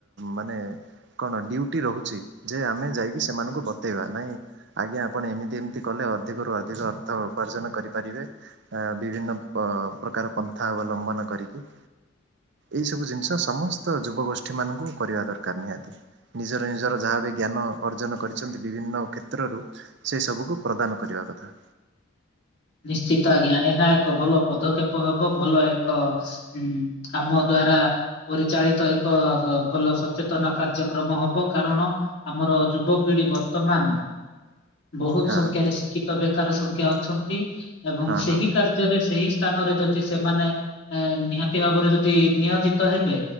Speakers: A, on the right (about 60°); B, on the left (about 60°).
A: ମାନେ କଣ ଡ୍ୟୁଟି ରହୁଛି ଯେ ଆମେ ଯାଇକି ସେମାନଙ୍କୁ ବତେଇବା ନାଇଁ ଆଜ୍ଞା ଆପଣ ଏମିତି ଏମିତି କଲେ ଅଧିକରୁୁ ଅଧିକ ଅର୍ଥ ଉପାର୍ଜନ କରିପାରିବେ। ବିଭିନ୍ନ ପ୍ରକାର ପନ୍ଥା ଅବଲମ୍ବନ କରିକି। ଏଇ ସବୁ ଜିନିଷ ସମସ୍ତ ଯୁବଗୋଷ୍ଠୀ ମାନଙ୍କୁ କରିବା ଦରକାର ନିହାତି। ନିଜର ନିଜର ଯାହା ବି ଜ୍ଞାନ ଅର୍ଜନ କରିଛନ୍ତି ବିଭିନ୍ନ କ୍ଷେତ୍ରରୁ ସେ ସବୁକୁ ପ୍ରଦାନ କରିବା କଥା।
B: ନିଶ୍ଚିତ ଆଜ୍ଞା ଏହା ଏକ ଭଲ ପଦକ୍ଷେପ ହବ ଭଲ ଏକ ହୁଁ ଆମ ଦ୍ଵାରା ପରିଚାଳିତ ଏକ ଭଲ ସଚେତନ କାର୍ଯ୍ୟକ୍ରମ ହବ କାରଣ ଆମର ଯୁବ ପିଢି ବର୍ତ୍ତମାନ ବହୁତ
A: ହଁ
B: ସଂଖ୍ୟାରେ ଶିକ୍ଷିତ ବେକାର ସଂଖ୍ୟା ଅଛନ୍ତି। ଏବଂ
A: ହଁ
B: ସେହି
A: ହଁ।
B: କାର ଯ୍ୟରେ ଯଦି ସେହି ସ୍ଥାନରେ ଯଦି ସେମାନେ ଏ ନିହାତି ଭାବରେ ଯଦି ନିୟୋଜିତ ହେବେ।